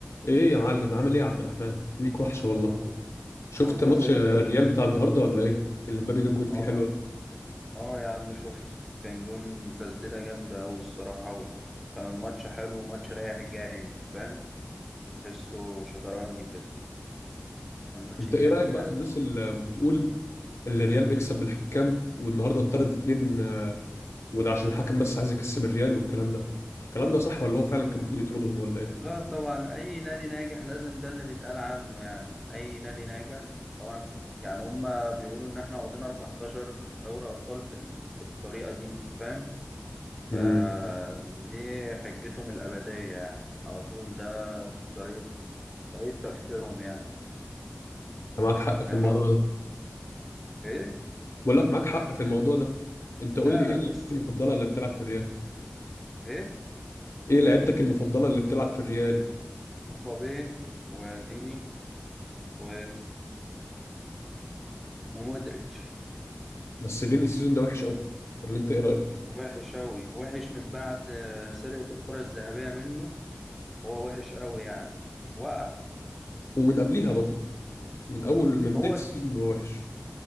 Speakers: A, on the left; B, in the centre.
A: ايه يا معلم عامل ايه يا عبد الرحمن ليك وحش والله
B: والله
A: شفت
B: والله
A: ماتش
B: زي
A: الريال
B: الفل
A: بتاع النهارده ولا ايه اللي مبابي جاب جول فيه
B: اه
A: حلو أوي.
B: اه يا عم شفته كان جون تسديدة جامدة أوي الصراحة وكان الماتش حلو وماتش رايح جاي أنت فاهم تحسه شطرنج كده كان ماتش
A: انت
B: جامد
A: ايه رايك بقى
B: يعني
A: في الناس اللي بتقول اللي الريال بيكسب بالحكام والنهارده اتطرد اتنين آه، وده عشان الحكم بس عايز يكسب الريال والكلام ده الكلام ده صح ولا هو فعلا كان المفروض يطردهم ولا ايه
B: لا طبعا أي نادي ناجح لازم ده اللي بيتقال عنه يعني أي نادي ناجح طبعا يعني هما بيقولوا إن إحنا واخدين 14 دوري أبطال بال... بالطريقة دي أنت فاهم فدي
A: امم
B: حجتهم الأبدية يعني على طول ده طريقة طريقة تفكيرهم يعني
A: انت معاك حق
B: بيحاول
A: في الموضوع ده
B: ايه
A: بقول لك معاك حق في الموضوع ده انت قول
B: فعلا
A: لي ايه لعيبتك
B: بس
A: المفضله اللي بتلعب في الريال
B: ايه
A: ايه لعيبتك المفضله اللي بتلعب في الريال
B: امبابي وفيني و... ومودريتش
A: بس فيني السيزون ده وحش قوي ولا انت ايه رايك
B: وحش أوي وحش من بعد آه، سرقة الكرة الذهبية منه هو وحش أوي يعني وقع
A: ومن قبليها برضه من اول من
B: هو
A: بدايه السيزون هو وحش